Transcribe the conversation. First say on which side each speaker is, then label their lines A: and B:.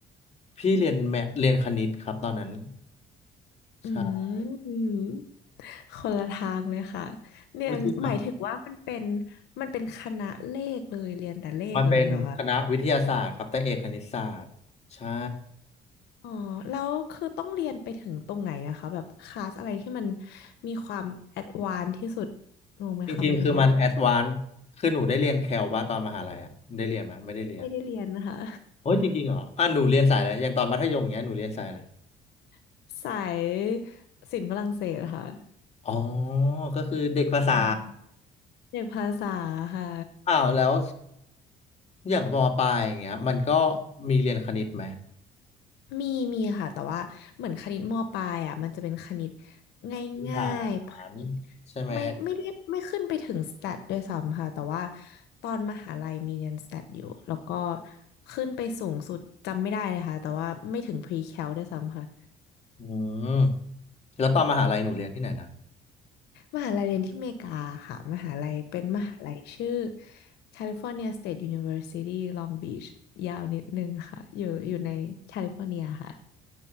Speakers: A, on the left; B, on the left.
A: พี่เรียนแมทเรียนคณิตครับตอนนั้น
B: อืมอืม
A: ใช่
B: คนละทางเลยค่ะ เรียนหมายถึงว่ามันเป็น
A: อุ๊ยจริงเหรอ
B: มันเป็นคณะเลขเลยเรียนแต่เลขแบบนี้เหรอคะ
A: มันเป็นคณะวิทยาศาสตร์ครับแต่เอกคณิตศาสตร์ใช่
B: อ๋อแล้วคือต้องเรียนไปถึงตรงไหนอะคะแบบคลาสอะไรที่มันมีความแอดวานซ์ที่สุดงงไหมคะหมายถึงว่า
A: จริงๆคือมันแอดวานซ์คือหนูได้เรียนแคลบ้าตอนมหาลัยอะได้เรียนไหมไม่ได้เรียน
B: ไม่ได้เรียนนะคะ
A: โอ้ยจริงๆเหรออ่ะหนูเรียนสายอะไรอย่างตอนมัธยมเงี้ยหนูเรียนสายอะไร
B: <laughs> สายศิลป์ฝรั่งเศสเหรอะค่ะ
A: อ๋อก็คือเด็กภาษา
B: อ่าเอกภาษาค่ะ
A: อ้าวแล้วอย่างมปลายอย่างเงี้ยมันก็มีเรียนคณิตไหม
B: มีมีค่ะแต่ว่าเหมือนคณิตมปลายอ่ะมันจะเป็นคณิต
A: พื้นฐา
B: ง่ายๆคณิต
A: นใช่ไหม
B: ไม่ไม่ได้ไม่ขึ้นไปถึงสแตทด้วยซ้ำค่ะแต่ว่าตอนมหาลัยมีเรียนสแตทอยู่แล้วก็ขึ้นไปสูงสุดจำไม่ได้เลยค่ะแต่ว่าไม่ถึงพรีแคลด้วยซ้ำค่ะ
A: อืมแล้วตอนมหาลัยหนูเรียนที่ไหนนะ
B: มหาลัยเรียนที่อเมริกาค่ะมหาลัยเป็นมหาลัยชื่อ California State University Long Beach ยาวนิดนึงค่ะอยู่อยู่ในแคลิฟอร์เนียค่ะ